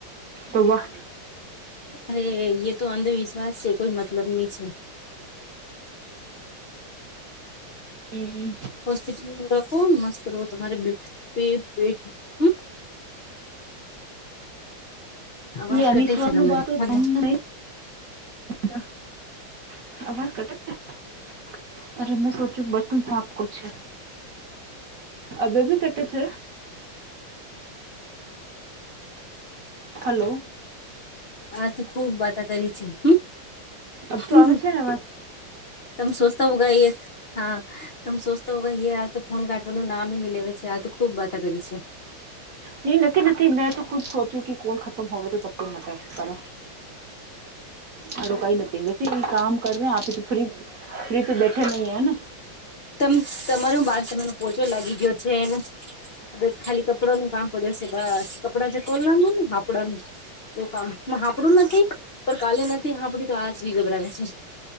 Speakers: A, on the right; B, on the left.
A: તો વાહ
B: અરે યે તો અંધવિશ્વાસ છે કોઈ મતલબ નહી છે
A: એ
B: હોસ્પિટલમાં રાખો મસ્ત કરો તમારે બીપી ભી હમ અવાજ
A: એ <unintelligible>
B: કટે છે તમારે હલો
A: તમને જ <inaudible> આવાજ કટે <inaudible> અરે મેં સોચું બર્તન સાપ કરું છે અબી ભી કટે છે હલો
B: આજ તો ખુબ વાતા કરી છે હન
A: અબ
B: હહંન
A: તો આવે છે ને અવાજ
B: તમે સોચતા હોગા એ હા તમે સોચતા હો કે આ તો ફોન કાઢવાનું નામ જ નહી લેવે છે આ તો ખુબ બાતા કરી છે
A: નહી નથી નથી મેં તો ખુદ સોચ્યું કે કોલ ખતમ હોવે તો <unintelligible> મટે એક હારે મારો કઈ નથી બેન થી કામ કરવે આપી તો ફ્રી ફ્રી તો બેઠે નહી હે ને
B: તમ તમારુ બાલ્કની નો પોચો લાગી ગયો છેને હ ખાલી કપડા નું કામ પડ્યુંશે બસ કપડાં જે તોલનાનું ને કપડાનું એવું કામ હાપડું નથી પણ કાલે નથી હાપડી તો આજ બી ગભરાવે છે